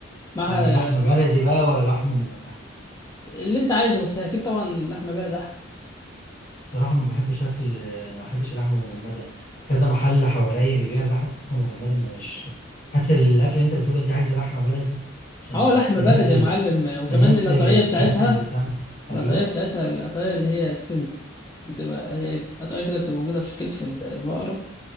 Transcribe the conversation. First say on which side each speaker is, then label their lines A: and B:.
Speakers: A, on the left (about 20°); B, on the left (about 45°).
A: معاها
B: يعني لحمة بلدي
A: آه،
B: بقى ولا لحمة مجمدة
A: اللي أنت عايزه بس هي أكيد طبعا لحمة بلد أحلى
B: صراحة ما بحبش أكل ما بحبش اللحمة المجمدة كذا محل حواليا بيبيع اللحمة المجمدة مش حاسس الأكلة اللي أنت بتقولها دي عايزة لحمة بلدي عشان
A: أه لحمة
B: تنزل
A: بلد يا معلم آه، وكمان
B: تنزل
A: القطعية
B: الدسم
A: بتاعتها
B: بتاع أيوة
A: القطعية بتاعتها القطعية اللي هي السنت بتبقى هي قطعية كده بتبقى موجودة في كتف ال- البقرة